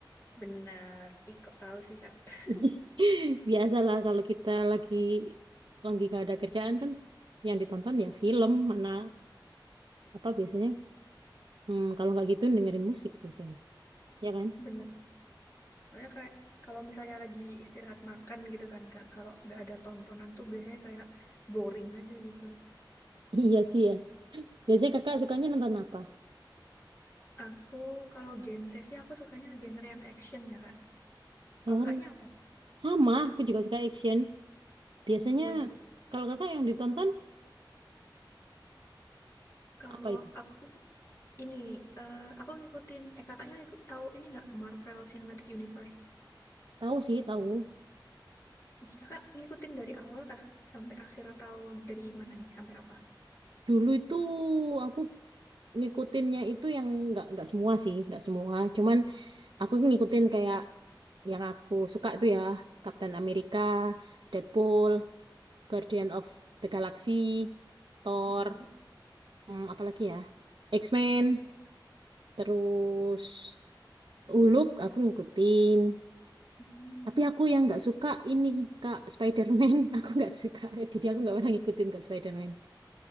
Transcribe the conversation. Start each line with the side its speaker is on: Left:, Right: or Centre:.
Left: Benar. Ih, kok tahu sih Kak? <laughs>
Right: <laughs> Biasalah kalau kita lagi lagi gak ada kerjaan kan, yang ditonton ya film mana apa biasanya? Hmm, kalau nggak gitu dengerin musik biasanya, ya kan?
Left: Benar. Soalnya kayak kalau misalnya lagi istirahat makan gitu kan Kak, kalau nggak ada tontonan tuh biasanya kayak boring aja gitu.
Right: Iya sih ya. Biasanya kakak sukanya nonton apa?
Left: Aku kalau genre sih aku sukanya genre yang action ya Kak. Kalau
Right: Oh,
Left: kakaknya apa?
Right: sama. Aku juga suka action. Biasanya
Left: Woi,
Right: kalau kakak yang ditonton
Left: kalau
Right: apa itu?
Left: aku ini eh, aku ngikutin eh kakaknya ikut tahu ini nggak Marvel Cinematic Universe?
Right: Tahu sih, tahu.
Left: Nih, kakak ngikutin dari awal kah? Sampai akhir atau dari mana nih? Sampai apa?
Right: Dulu itu aku ngikutinnya itu yang nggak nggak semua sih, nggak semua. Cuman aku ngikutin kayak yang aku suka itu ya, Captain America, Deadpool, Guardian of the Galaxy, Thor,
Left: Oh,
Right: hmm, apalagi ya, X-Men, terus Hulk aku ngikutin.
Left: hmm.
Right: Tapi aku yang nggak suka ini Kak Spider-Man, <laughs> aku nggak suka. Jadi aku nggak pernah ngikutin Kak Spider-Man.